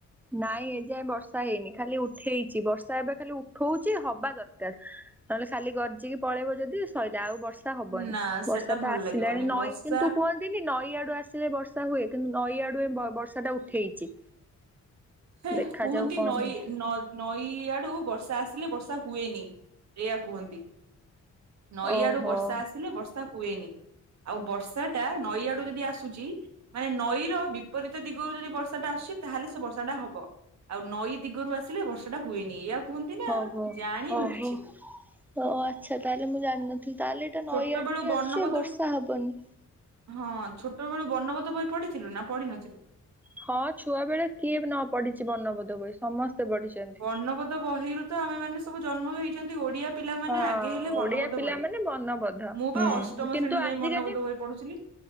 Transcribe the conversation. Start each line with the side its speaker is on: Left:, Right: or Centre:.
Centre: ନାଇଁ ଏଯାଏଁ ବର୍ଷା ହେଇନି ଖାଲି ଉଠେଇଛି ବର୍ଷା ଏବେ ଖାଲି ଉଠଉଛି ହବା ଦରକାର। ନହେଲେ ଖାଲି ଗର୍ଜିକି ପଳେଇବ ଯଦି ସରିଲେ ଆଉ ବର୍ଷା ହବନି
Right: ନା ସେଟା
Centre: ବର୍ଷା
Right: ଭଲ
Centre: ତ ଆସିଲାଣି
Right: ଲାଗିବନି
Centre: ନଈ
Right: ବର୍ଷା
Centre: କିନ୍ତୁ କୁ ନଈ ଆଡୁ ଆସିଲେ ବର୍ଷା ହୁଏ କିନ୍ତୁ ନଈ ଆଡୁ ଏ ବର୍ଷାଟା ଉଠେଇଛି
Right: ହେ
Centre: ଦେଖାଯାଉ
Right: କୁହନ୍ତି
Centre: କଣ
Right: ନଈ
Centre: ହଉଛି
Right: ନ ନଈ ଆଡୁ ବର୍ଷା ଆସିଲେ ବର୍ଷା ହୁଏନି। ଏଇଆ କୁହନ୍ତି ନଈଆଡୁ
Centre: ଓହୋ
Right: ବର୍ଷା
Centre: ହଁ।
Right: ଆସିଲେ ବର୍ଷା ହୁଏନି। ଆଉ ବର୍ଷାଟା ନଈ ଆଡୁ ଯଦି ଆସୁଛି ମାନେ ନଈର ବିପରୀତ ଦିଗରୁ ଯଦି ବର୍ଷା ବର୍ଷାଟା ଆସୁଛି ତାହେଲେ ସେ ବର୍ଷାଟା ହବ ଆଉ ନଈ ଦିଗରୁ ଆସିଲ ବର୍ଷାଟା ହୁଏନି ଆଉ କୁହନ୍ତି ନା
Centre: ଓହୋ
Right: ଜାଣିନୁ
Centre: ଓହୋ।
Right: କିଛିବି
Centre: ଓ ଆଚ୍ଛା ତାହେଲେ ମୁଁ ଜାଣିନଥିଲି ତାହେଲେ ଏଇଟା ନଈ
Right: ଛୋଟ
Centre: ଆଡୁ
Right: ବେଳୁ
Centre: ହିଁ
Right: ବର୍ଣ୍ଣବୋଧ
Centre: ଆସୁଛି ଏ ବର୍ଷା ହବନି।
Right: ହଁ ଛୋଟ ବେଳୁ ବର୍ଣବୋଧ ବହି ପଢିଥିଲୁ ନା ପଢିନଥିଲୁ
Centre: ହଁ ଛୁଆ ବେଳେ କିଏ ନ ପଢିଛି ବର୍ଣ୍ଣବୋଧ ବ ସମସ୍ତେ ପଢିଛନ୍ତି
Right: ବର୍ଣ୍ଣପଦ ବହିରୁ ତ ଆମେ ମାନେ ସବୁ ଜନ୍ମ ହେଇଛନ୍ତି ଓଡିଆ ପିଲାମାନେ
Centre: ହଁ
Right: ଆଗେ ହେଲେ ବର୍ଣ୍ଣବୋଧ
Centre: ଓଡିଆ ପିଲା
Right: ବହି।
Centre: ମାନେ ବନବୋଦ୍ଧ
Right: ମୁଁ ବା
Centre: ହୁଁ
Right: ଅଷ୍ଟମ
Centre: କିନ୍ତୁ
Right: ଶ୍ରେଣୀ ଯାଏ
Centre: ଆଜିିକାଲି
Right: ବର୍ଣ୍ଣବୋଧ ବହି ପଢୁଥିଲି।